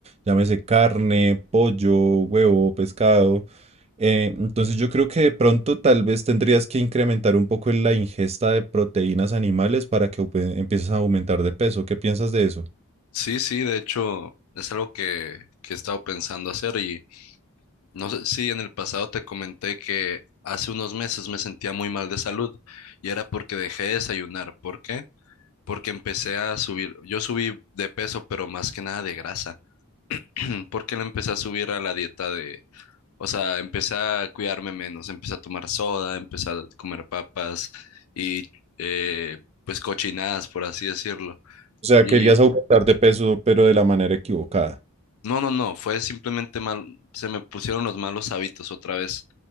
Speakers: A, on the right; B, on the left.
A: Llámese carne, pollo, huevo, pescado. Eh, entonces yo creo que de pronto tal vez tendrías que incrementar un poco en la ingesta de proteínas animales para que aupe- empieces a aumentar de peso. ¿Qué piensas de eso?
B: Sí, sí, de hecho es algo que, que he estado pensando hacer y No sé si en el pasado te comenté que hace unos meses me sentía muy mal de salud y era porque dejé de desayunar. ¿Por qué? Porque empecé a subir, yo subí de peso, pero más que nada de grasa. Mm, Porque le empecé a subir a la dieta de, o sea, empecé a cuidarme menos, empecé a tomar soda, empecé a comer papas y eh, pues cochinadas, por así decirlo.
A: O sea,
B: Y
A: querías aumentar de peso, pero de la manera equivocada.
B: no, no, no, fue simplemente mal, se me pusieron los malos hábitos otra vez,